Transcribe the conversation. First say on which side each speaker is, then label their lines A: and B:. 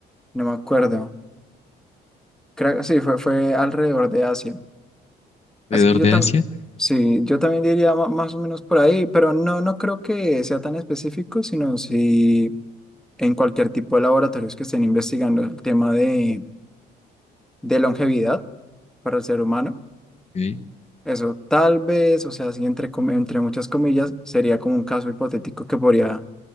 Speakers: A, in the centre; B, on the left.
A: no me acuerdo. Creo, sí, fue, fue alrededor de Asia. Así
B: Alrededor
A: que yo
B: de
A: también,
B: Asia.
A: sí, yo también diría ma- más o menos por ahí, pero no, no creo que sea tan específico, sino si en cualquier tipo de laboratorios que estén investigando el tema de, de longevidad para el ser humano.
B: ok.
A: Eso tal vez, o sea, así entre, comi- entre muchas comillas, sería como un caso hipotético que podría